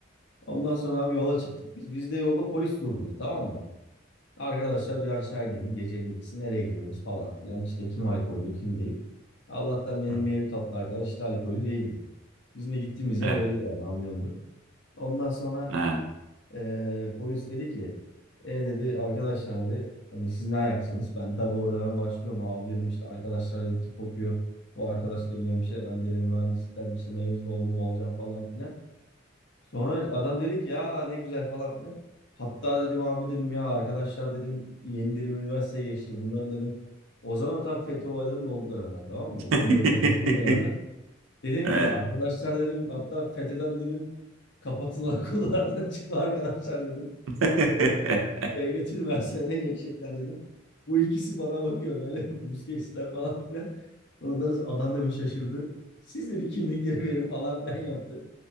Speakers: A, on the left; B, on the right.
A: Ondan sonra abi yola çıktık. Biz biz de yolda polis durdurdu tamam mı? Arkadaşlar bir aşağı inelim. Gecenin ikisi nereye gidiyorsunuz falan filan. İşte kim alkollü kim değil. Allah'tan benim
B: Hı.
A: Mevlüt adlı arkadaş işte alkollü değildi. Bizim de gittiğimiz yer
B: Eh,
A: belli yani anlıyorumdur. Ondan sonra
B: eh.
A: ee, polis dedi ki e dedi arkadaşlar dedi hani siz ne ayaksınız? Ben tabii oradan hemen başlıyorum. Abi dedim işte arkadaşlar dedim tıp okuyor. Bu arkadaş dedim hemşire ben dedim mühendislikten işte mezun olduğumu alacağım falan filan. Sonra adam dedi ki ya ne güzel falan filan. Hatta dedim abi dedim ya arkadaşlar dedim yeni dedim üniversiteye geçti. bunların dedim o zaman tam FETÖ olaylarının olduğu dönemler tamam mı?
B: <laughs>
A: Okulların kapatıldığı dönemler. Dedim
B: Eh.
A: ki arkadaşlar dedim hatta FETÖ'den dedim Kapatın okullardan <laughs> çıkma arkadaşlar dedim
B: <laughs>
A: devlet üniversitelerine geçecekler dedim. Bu ikisi bana bakıyor böyle <laughs> Busquets'ler falan filan. Ondan sonra adam da bir şaşırdı. Siz de bir kimlikleri verin falan filan yaptı.